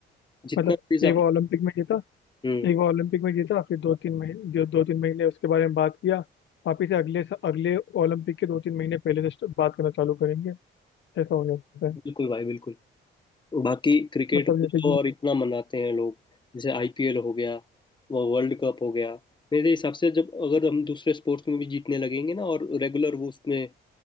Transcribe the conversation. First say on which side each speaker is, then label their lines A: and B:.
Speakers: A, on the left; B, on the left.
A: जितना
B: मतलब
A: प्लीज
B: एक
A: आप
B: बार ओलंपिक में जीता
A: हम्म
B: एक बार ओलंपिक में जीता फिर दो तीन महीने दो, दो तीन महीने उसके बारे में बात किया वापिस से अगले अगले ओलंपिक के दो तीन महीने पहले से बात करना चालू करेंगे ऐसा हो जाता है
A: बिल्कुल भाई बिल्कुल बाकी क्रिकेट
B: मतलब
A: को
B: जैसे
A: तो
B: कि
A: और इतना मनाते हैं लोग जैसे आईपीएल हो गया वो वर्ल्ड कप हो गया मेरे हिसाब से जब अगर हम दूसरे स्पोर्ट्स में भी जीतने लगेंगे ना और रेगुलर वो उसमें